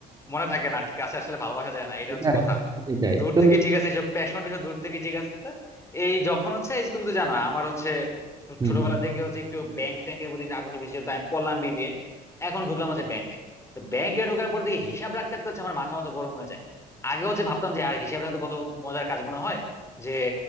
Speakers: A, on the left; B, on the right.
A: মনে থাকে না আর কি কাছে আসলে ভালোবাসা যায় না এটা
B: এটা
A: হচ্ছে
B: আর
A: কথা
B: কি এটাই
A: দূর
B: তো
A: থেকে ঠিক আছে এসব প্যাশন এসব দূর থেকে ঠিক আছে এই যখন হচ্ছে এই যে তুমি তো জানো আমার হচ্ছে ছো-
B: হম
A: ছোটবেলা
B: হম
A: থেকে হচ্ছে একটু ব্যাংক ট্যাংকের প্রতি একটু আকর্ষণ বেশি ছিল তো আমি পড়লাম বিবিএ এখন ঢুকলাম হচ্ছে ব্যাংকে তো ব্যাংকে ঢোকার পর দেখি হিসাব রাখতে রাখতে হচ্ছে আমার মাথা মতো গরম হয়ে যায় আগে হচ্ছে ভাবতাম যে আর হিসাব রাখতে কত মজার কাজ মনে হয় যে